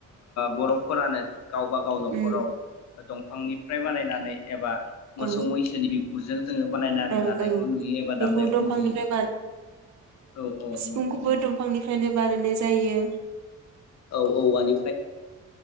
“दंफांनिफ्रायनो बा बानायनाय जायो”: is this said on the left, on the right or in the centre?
Right